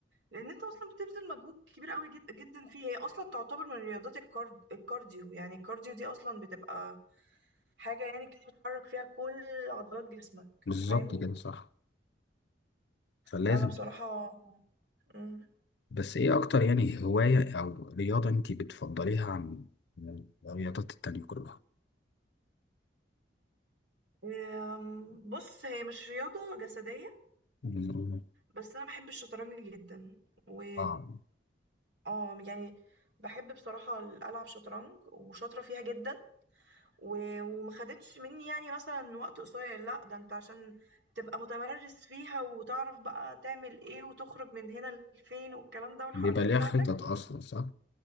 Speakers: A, on the right (about 75°); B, on the left (about 65°).
A: لأن أنت أصلا بتبذل مجهود كبير قوي جد- جدا فيه هي أصلا تعتبر من رياضات الكارد الكارديو يعني الكارديو دي أصلا بتبقى حاجة يعني كده بتحرك فيها كل عضلات جسمك
B: بالظبط
A: أنت فاهمني؟
B: كده صح فلازم
A: لا أنا بصراحة مم.
B: بس إيه أكتر يعني هواية أو رياضة أنت بتفضليها عن عن الرياضات التانية كلها؟
A: أم، بص هي مش رياضة جسدية
B: <laughs> مم.
A: بس أنا بحب الشطرنج جدا و...
B: آه
A: اه يعني بحب بصراحة ألعب شطرنج وشاطرة فيها جدا و- وما خدتش مني يعني مثلا وقت قصير لا ده انت عشان تبقى متمرس فيها وتعرف بقى تعمل ايه وتخرج من هنا لفين والكلام ده والحركات
B: بيبقى
A: بتاعتك
B: ليها خطط أصلا صح؟